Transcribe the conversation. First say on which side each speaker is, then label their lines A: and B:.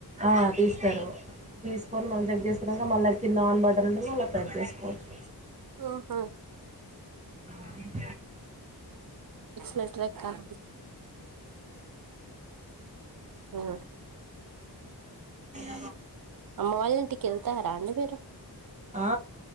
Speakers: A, on the right; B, on the right.
A: ఆ తీస్తారమ్మా తీసుకొని మళ్లీ చెక్ చేసుకురమ్మా మళ్ళ కింద ఆన్ బటన్ అ అలా పెట్ చేసుకోవచ్చు
B: ఆహా
A: అ
B: నెట్్రక్ంట ఆ ఆ
A: అ
B: అమ్మ వాళ్ళ ఇంటికి వెళ్తారా అండి మీరు
A: ఆ